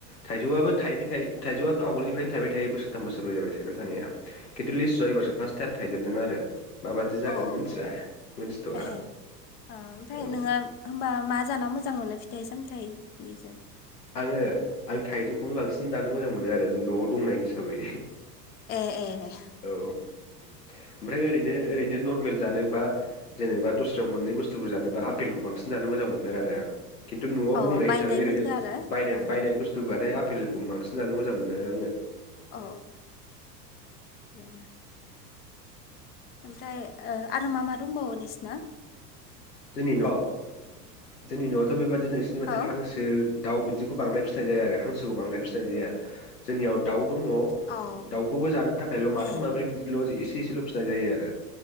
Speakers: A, on the left; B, on the left.
A: थाइजौआबो थाइबाय थायो थाइजौआथ आगोलनिफ्रायनो थायबाय थायो बोसोरथाम बोसोरब्रै जाबाय थायबाय थानाया। खित्तु लिसुआ एबरसो फास्ट थाइम थायजेनदों आरो माबादि जागोन
B: औ औ औ
A: मिथिया मिथिथ'आ
B: एहे ओमफ्राय
A: औ
B: नोङो होनबा मा जाना मोजां मोनो फिथाइ साम थाय बेजो
A: आङो आं थाइजौखौनो बांसिन जानो मोजां मोनो आरो नआव दंनायख हिसाबै।
B: ए ए
A: औ ओमफ्राय ओरैनो ओरै बिनो नर्मेल जोनोबा जेनेबा दस्रायाव मोननाय बुस्थुखौ जानोबा आपेलखौ बांसिन जानो मोजां मोनो आरो आं खिन्थु नआव
B: औ
A: दंनाय
B: बायनायफोरखो
A: हिसाबै ओरैनो
B: आरो
A: बायनाय
B: ओ
A: बुस्तु बाथाय आफेलखौ बांसिन जानो मोजां मोनो आङो
B: अ औ ओमफ्राय आरो मा मा दंबावो नोंसिना?
A: जोंनि नवाव जोंनि नआवथ बेबायदि नोंसोरनि बादि
B: औ
A: हांसो दाउ बिदिखौ बांद्राय फिसिनाय जाया‌ आरो हां सोखौ बांद्राय फिसिनाय जाया। जोंनियाव दाउ दङ
B: औ
A: दाउखौबो जानो थाखायल माथाम
B: ए
A: माब्रै बिदिल एसेल फिसिनाय जायो आरो